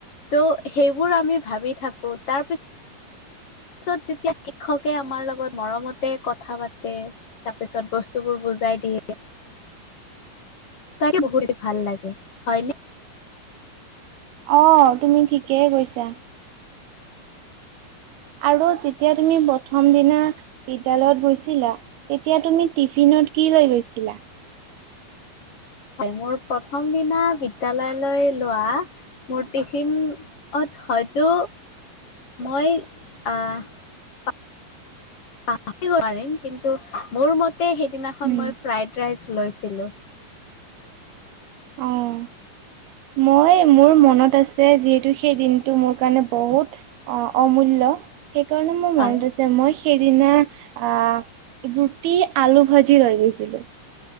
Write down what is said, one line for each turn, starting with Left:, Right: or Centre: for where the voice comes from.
Left: ত' সেইবোৰ আমি ভাবি থাকোঁ তাৰপিছ পিছত যেতিয়া শিক্ষকে আমাৰ লগত মৰমতে কথা পাতে, তাৰ পিছত বস্তুবোৰ বুজ বুজাই দিয়ে। তাকে বহুত বেছি ভাল লাগে, হয় নে?
Right: অ', তুমি ঠিকেই কৈছা। আৰু তেতিয়া তুমি প্ৰথম দিনা বিদ্যালয়ত গৈছিলা তেতিয়া তুমি টিফিন কি লৈ গৈছিলা?
Left: হয় মোৰ প্ৰথম দিনা বিদ্যাললৈ লোৱা মোৰ টিফিনত হয়তো মই আহ প কিন্তু মোৰ মতে সেইদিনাখন
Right: উম।
Left: মই ফ্ৰাইড ৰাইচ লৈছিলো।
Right: আহ'। মই মোৰ মনত আছে যিহেতু, সেই দিন টো মোৰ কাৰণে বহুত অ' অমূ ল্য সেই কাৰণে মোৰ
Left: হয়
Right: মনত আছে, মই সেইদিনা আ' ৰুটি, আলু ভাজি লৈ গৈছিলো।